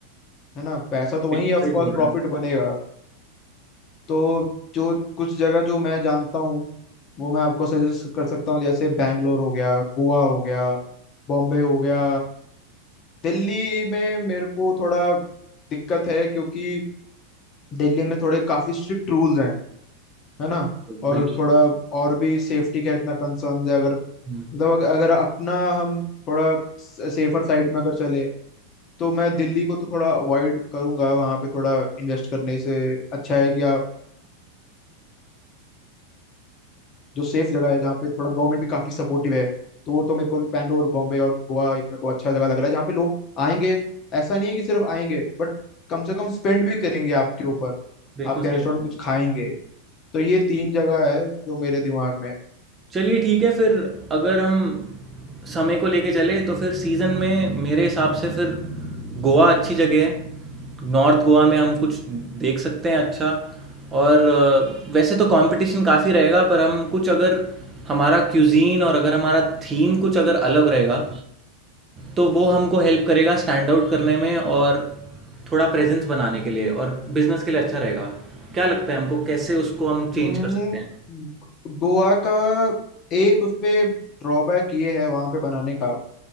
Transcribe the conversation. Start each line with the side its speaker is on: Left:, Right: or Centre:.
Left: है ना पैसा तो वहीं
Right: बिल्कुल
Left: ऑफ
Right: सही
Left: कोर्स
Right: बोल
Left: प्रॉफिट
Right: रहे हैं
Left: बनेगा तो जो कुछ जगह जो मैं जानता हूँ वो मैं आपको सजेस्ट कर सकता हूँ जैसे बैंगलोर हो गया गोवा हो गया बॉम्बे हो गया दिल्ली में मेरे को थोड़ा दिक्कत है क्योंकि दिल्ली में थोड़े काफी स्ट्रिक्ट रूल्स हैं है ना
Right: आप
Left: और
Right: बिल्कुल
Left: थोड़ा और भी सेफ्टी का इतना कंसर्न है अगर मतलब
Right: हम्म,
Left: अगर अगर अपना हम थोड़ा सेफर साइड में अगर चले तो मैं दिल्ली को तो थोड़ा अवॉइड करूंगा वहां पे थोड़ा इन्वेस्ट करने से अच्छा है कि आप जो सेफ जगह है जहाँ पे थोड़ा गवर्नमेंट भी काफी सपोर्टिव है तो वो तो मेरे को बैंगलोर बॉम्बे और गोवा एक मेरे को अच्छा जगह लग रहा है जहाँ पे लोग आएंगे ऐसा नहीं है कि सिर्फ आएंगे बट कम से कम स्पेंड भी करेंगे आपके ऊपर
Right: बिल्कुल
Left: आपके
Right: सही
Left: रेस्टोरेंट
Right: बात
Left: में कुछ
Right: है
Left: खाएंगे तो ये तीन जगह है जो मेरे दिमाग में है
Right: चलिए ठीक है फिर अगर हम समय को लेके चले तो फिर सीज़न में मेरे हिसाब से फिर गोवा अच्छी जगह है नॉर्थ गोवा में हम कुछ देख सकते हैं अच्छा और अ, वैसे तो कंपटीशन काफ़ी रहेगा पर हम कुछ अगर हमारा क्यूजीन और अगर हमारा थीम कुछ अगर अलग रहेगा तो वो हमको हेल्प करेगा स्टैंड आउट करने में और थोड़ा प्रेजेंस बनाने के लिए और बिजनेस के लिए अच्छा रहेगा क्या लगता है हमको कैसे उसको हम चेंज
Left: हम्म,
Right: कर सकते हैं
Left: गोवा का एक उसमें ड्रॉबैक ये है वहां पे बनाने का